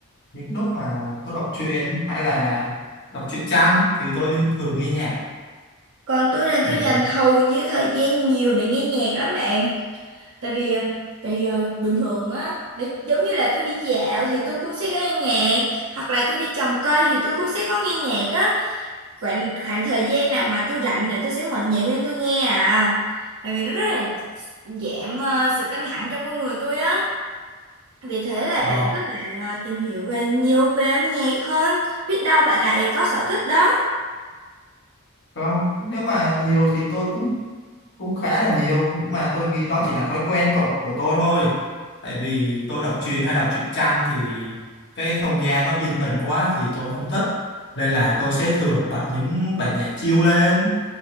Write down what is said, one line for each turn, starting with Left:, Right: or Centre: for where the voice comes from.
Left: những lúc mà tôi đọc truyện hay là đọc truyện tranh thì tôi thường nghe nhạc
Right: còn tôi là
Left: để
Right: tôi dành hầu như thời gian nhiều để nghe nhạc lắm bạn tại vì ờ, tại vì, ờ, bình thường á để, giống như là tôi đi dạo thì tôi cũng sẽ nghe nhạc hoặc là tôi đi trồng cây thì tôi cũng sẽ có nghe nhạc á khoảng khoảng thời gian nào mà tôi rảnh là tôi sẽ mở nhạc lên tôi nghe à tại vì nó rất là giảm ờ, sự căng thẳng trong con người tôi á vì thế là bạn
Left: ờ,
Right: có thể ờ, tìm hiểu về nhiều về âm nhạc hơn biết đâu bạn lại có sở thích đó
Left: không nếu mà nhiều thì tôi cũng cũng khá là nhiều nhưng mà tôi nghĩ đó chỉ là thói quen tổ, của tôi thôi tại vì tôi đọc truyện hay đọc truyện tranh thì cái không gian nó yên tĩnh quá thì tôi không thích nên là tôi sẽ thường bật những bản nhạc chill lên